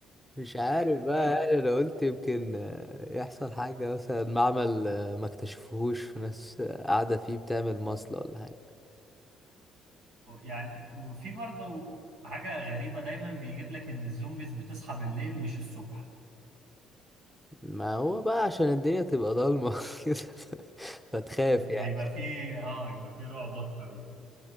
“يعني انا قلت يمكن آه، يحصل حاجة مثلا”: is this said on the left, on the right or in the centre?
Centre